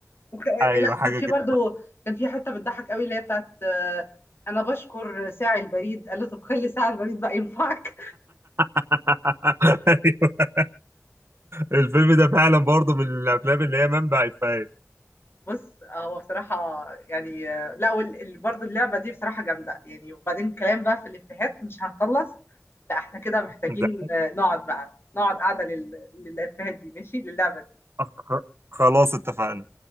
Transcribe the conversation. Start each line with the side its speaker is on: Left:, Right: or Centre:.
Left: وك...
Right: ايوه
Left: لا
Right: حاجة
Left: كان في
Right: كده
Left: برضو كان في حته بتضحك قوي اللي هي بتاعت آه، انا بشكر ساعي البريد قال له طب خلي ساعي البريد بقى ينفعك
Right: <laughs> ايوه الفيلم ده فعلا برضه من الافلام اللي هي منبع افيهات
Left: بص هو بصراحة يعني آه، لا وال- ال- برضه اللعبة دي بصراحة جامدة يعني وبعدين كلام بقى في الإفيهات مش هنخلص لا احنا كده محتاجين
Right: ده
Left: آه، نقعد بقى نقعد قاعدة لل- للإفيهات دي ماشي للعبة دي
Right: خ- خلاص اتفقنا